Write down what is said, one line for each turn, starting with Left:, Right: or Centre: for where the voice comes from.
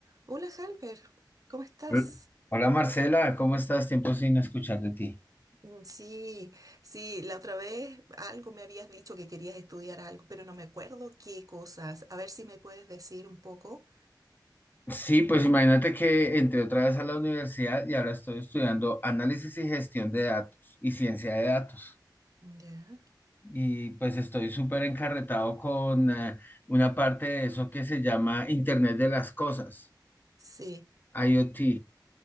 Right: Hola, Halber, ¿cómo estás?
Left: Hol- Hola Marcela, ¿cómo estás? Tiempo sin escuchar de ti.
Right: Mm, Sí, sí, la otra vez algo me habías dicho que querías estudiar algo, pero no me acuerdo qué cosas. A ver si me puedes decir un poco.
Left: Sí, pues imagínate que entré otra vez a la universidad y ahora estoy estudiando análisis y gestión de datos y ciencia de datos.
Right: Ya.
Left: Y pues estoy súper encarretado con eh, una parte de eso que se llama Internet de las Cosas,
Right: Sí,
Left: IoT.